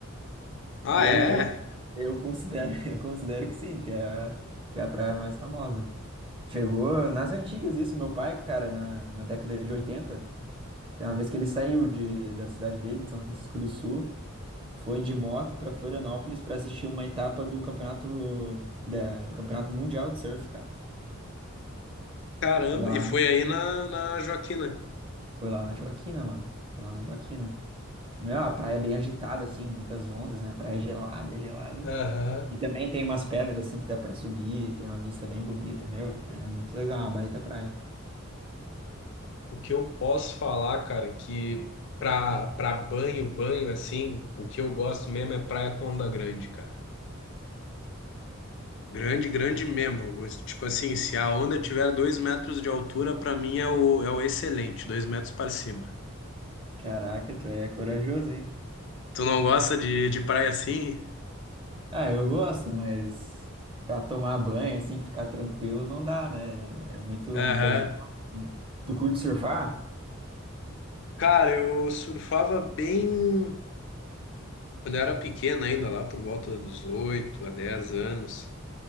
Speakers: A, on the left (about 55°); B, on the right (about 25°).
A: Ah,
B: Eu,
A: é?
B: eu, eu considero, <laughs> eu considero que sim, que é, a- que é a praia mais famosa. Chegou nas antigas isso, meu pai, cara, na, na década de 80. tem uma vez que ele saiu de, da cidade dele, de São Francisco do Sul, foi de moto pra Florianópolis para assistir uma etapa do campeonato da, do campeonato mundial de surf, cara.
A: Caramba,
B: Lá
A: e foi
B: em,
A: aí na, na Joaquina.
B: foi lá na Joaquina, mano. Foi lá na Joaquina. Meu, a praia é bem agitada, assim, muitas ondas, né? A praia é gelada, gelada.
A: Aham.
B: E também tem umas pedras assim que dá pra subir, tem uma vista bem bonita, meu. É muito legal, uma baita praia.
A: O que eu posso falar, cara, que pra, pra banho, banho assim, o que eu gosto mesmo é praia com onda grande, cara. Grande, grande mesmo. Os- Tipo assim, se a onda tiver dois metros de altura, pra mim é o, é o excelente, dois metros para cima.
B: Caraca, tu é corajoso, hein?
A: Tu não gosta de, de praia assim?
B: Ah, eu gosto, mas pra tomar banho, assim, ficar tranquilo, não dá, né? É muito,
A: Aham.
B: muito agitado, assim, né? Tu curte surfar?
A: Cara, eu surfava bem quando eu era pequeno ainda, lá por volta dos 8 a 10 anos.